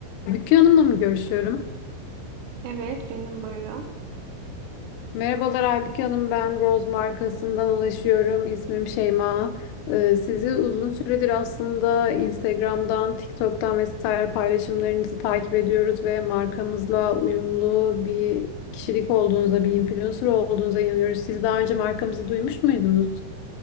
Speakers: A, on the left; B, on the right.
A: Aybüke Hanım'la mı görüşüyorum?
B: Evet, benim buyurun.
A: Merhabalar Aybüke Hanım, ben Rose markasından ulaşıyorum. İsmim Şeyma. Ee, sizi uzun süredir aslında Instagram'dan, TikTok'tan vesaire paylaşımlarınızı takip ediyoruz ve markamızla uyumlu bir kişilik olduğunuza, bir influencer olduğunuza inanıyoruz. Siz daha önce markamızı duymuş muydunuz?